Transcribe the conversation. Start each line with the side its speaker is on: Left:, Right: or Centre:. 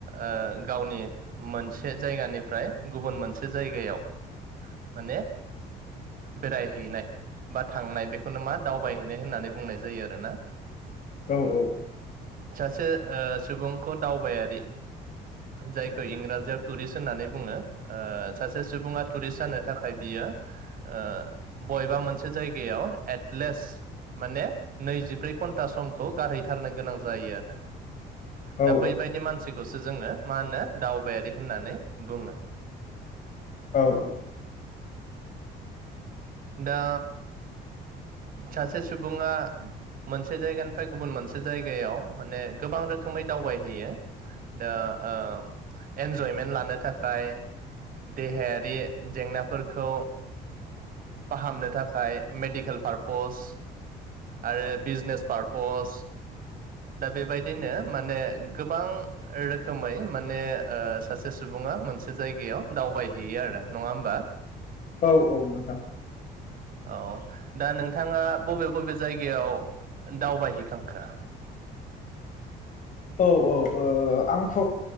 Right: ओ गावनि मोनसे जायगानिफ्राय गुबुन मोनसे जायगायाव माने बेरायहैनाय बा थांनाय बेखौनो मा दावबायहैनाय होननानै बुंनाय जायो आरो ना
Left: औ औ
Right: सो ओ सुबुंखौ दावबायारि जायखौ इंराजियाव टुरिस्ट होननानै बुङो ओ सासे सुबुङा टुरिस्ट जानो थाखाय बियो ओ बबेबा मोनसे जायगायाव एटलिस्ट माने नैजिब्रै घन्टा समखौ गारहैथारनो गोनां जायो आरो
Left: औ
Right: दा बैबायदि मानसिखौसो जोङो मा होनो दावबायारि होननानै बुङो।
Left: औ औ
Right: दा सासे सुंबुङा मोनसे जायगानिफ्राय गुबुन मोनसे जायगायाव माने गोबां रोखोमै दावबायहैयो दा ओ एन्जयमेन्ट लानो थाखाय देहा रि जेंनाफोरखौ फाहामनो थाखाय मेडिकेल पार्पस आरो बिजनेस पारपस दा बेबायदिनो माने गोबां रोखोमै माने सासे ओ सुबुङा मोनसे जायगायाव दावबायहैयो आरो। नङा होमबा?
Left: औ औ नोंथा।
Right: औ दा नोंथाङा बबे बबे जायगायाव दावबायहैखांखो
Left: औ औ ओ आंथ'